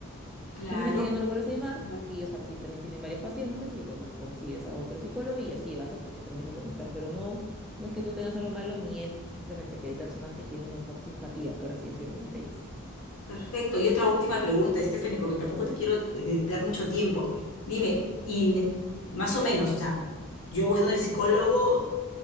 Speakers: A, on the left (about 80°); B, in the centre.
A: claro,
B: Simplemente ya no lo vuelves a llamar
A: claro.
B: y ellos tam- sí también tienen varios pacientes y bueno, consigues a otro psicólogo y así vas hasta que termines de conectar. Pero no, no es que tú tengas algo malo ni él, simplemente que hay personas que tienen mejor simpatía, por así decirlo, entre ellas.
A: perfecto. Y otra última pregunta, Stephanie, porque tampoco te quiero eh, dar mucho tiempo. Dime, y ne- más o menos, o sea, yo voy donde el psicólogo,